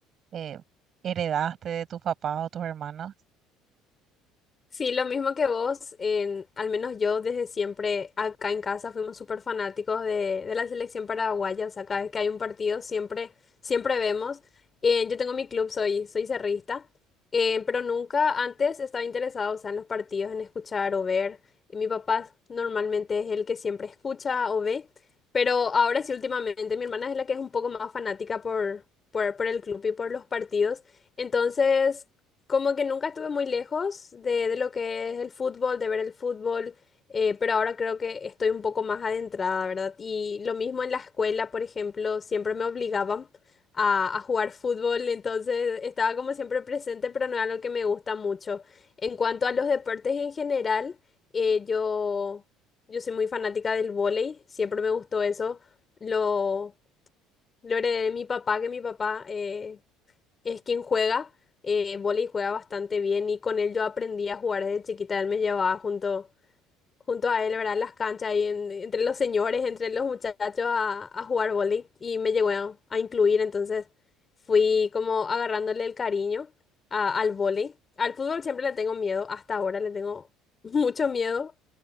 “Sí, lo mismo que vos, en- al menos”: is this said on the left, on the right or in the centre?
Left